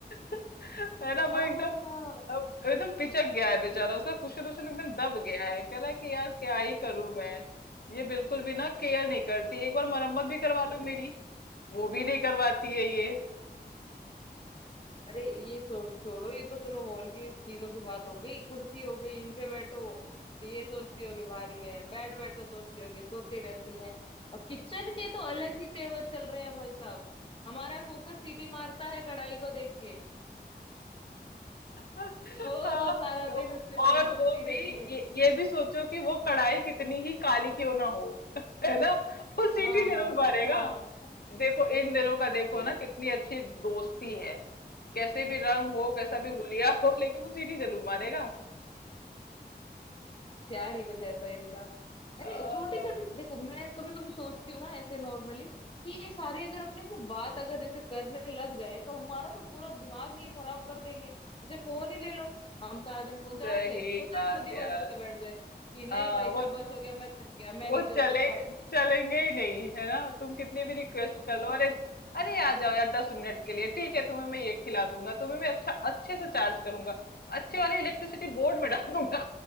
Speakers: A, on the left (about 60°); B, on the left (about 30°).
A: <laughs> है ना वो
B: हाँ
A: एकदम
B: हाँ हाँ।
A: अब एकदम पिचक गया है बेचारा उसका कुशन उशन एकदम दब गया है कह रहा है कि यार क्या ही करूं मैं ये बिल्कुल भी ना केयर नहीं करती एक बार मरम्मत भी करवा लो मेरी वो भी नहीं करवाती है ये
B: अरे ये छोड़ छोड़ो ये तो चलो हॉल की चीजों की बात हो गई कुर्सी हो गई इन पे बैठो तो ये सोचती होगी भारी है बेड बैठो सोचती होगी सोती रहती है और किचन के तो अलग ही तेवर चल रहे हैं भाई साहब हमारा कुकर सीटी मारता है कढ़ाई को देख के
A: हाँ,
B: वो तो सारा
A: तो-
B: दिन उससे लाइन
A: और
B: चलती
A: वो
B: रहती
A: भी
B: है
A: ये ये भी सोचो कि वो कढ़ाई कितनी ही काली क्यों ना हो है ना वो सीटी
B: हाँ
A: जरूर मारेगा
B: हाँ
A: देखो इन दिनों का देखो
B: सही
A: ना
B: है
A: कितनी अच्छी दोस्ती है कैसे भी रंग हो कैसा
B: हाँ
A: भी हुलिया हो लेकिन वो सीटी जरूर मारेगा
B: प्यार ही कुछ ऐसा है इनका अरे
A: हाँ,
B: छोटे छोटे देखो मैं कभी कभी सोचती हूँ ना ऐसे नॉर्मली कि ये सारे अगर अपने से बात अगर जैसे करने लग जाए तो हमारा तो पूरा दिमाग ही खराब कर देंगे जैसे फोन ही ले लो हम सारा दिन फोन चलाते
A: सही
B: हैं सोचो
A: बात
B: ये खुद ही
A: यार
B: बंद होके बैठ जाए कि
A: हाँ
B: नहीं भाई साहब
A: वो
B: बस हो गया मैं थक गया मैं
A: वो
B: नहीं चल
A: चले
B: सकता
A: चलेंगे ही नहीं है ना तुम कितनी भी रिक्वेस्ट
B: हाँ
A: कर लो अरे अरे आ जाओ यार दस मिनट के लिए ठीक है तुम्हें मैं ये खिला दूंगा तुम्हें मैं अच्छा अच्छे से चार्ज करूंगा अच्छे वाले इलेक्ट्रिसिटी बोर्ड में डालूंगा